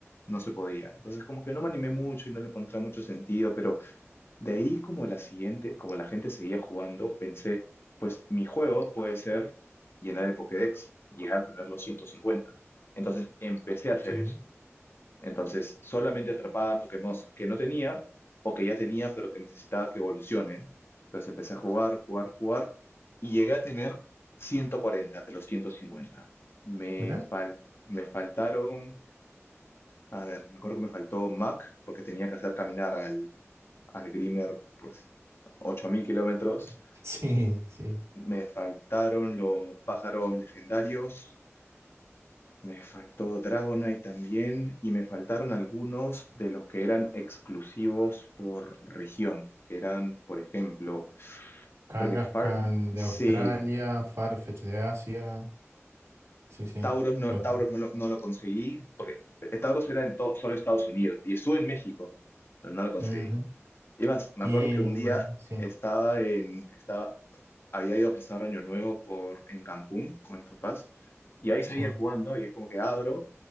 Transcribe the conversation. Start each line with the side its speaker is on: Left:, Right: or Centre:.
Left: no se podía. Entonces, como que no me animé mucho y no le encontré mucho sentido, pero de ahí como la siguiente, como la gente seguía jugando, pensé, pues mi juego puede ser llenar el Pokédex, llegar a tener los 150. Entonces empecé a hacer
Right: sí.
Left: eso. Entonces solamente atrapaba Pokémon que no tenía o que ya tenía pero que necesitaba que evolucionen. Entonces empecé a jugar, jugar, jugar y llegué a tener 140 de los 150. Me
Right: ¿Mira?
Left: fal- me faltaron, a ver, me acuerdo que me faltó Mac porque tenía que hacer caminar al, al Grimer, pues 8.000 kilómetros.
Right: <laughs> Sí, sí.
Left: Me faltaron los pájaros legendarios, me faltó Dragonite también, y me faltaron algunos de los que eran exclusivos por región, que eran, por ejemplo,
Right: Kangaskhan
Left: creo que Far...
Right: de
Left: Sí,
Right: Australia, Farfetch de Asia. Sí, sí,
Left: Tauros no,
Right: puede ser.
Left: Tauros no lo, no lo conseguí, porque Tauros era en to- solo Estados Unidos, y estuve en México, pero no lo conseguí.
Right: Ujú.
Left: Y más, me
Right: Y
Left: acuerdo que un día
Right: sí,
Left: estaba en, estaba, había ido a pasar Año Nuevo por, en Cancún con mis papás y ahí seguía
Right: sí.
Left: jugando y es como que abro